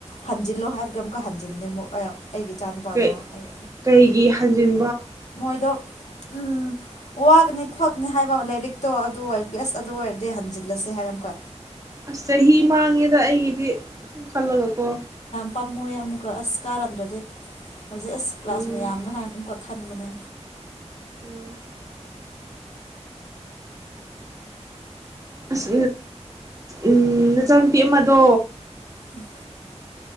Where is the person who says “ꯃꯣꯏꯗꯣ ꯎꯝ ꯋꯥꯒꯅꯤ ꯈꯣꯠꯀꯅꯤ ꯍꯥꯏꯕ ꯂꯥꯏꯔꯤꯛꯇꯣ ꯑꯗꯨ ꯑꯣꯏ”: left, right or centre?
Left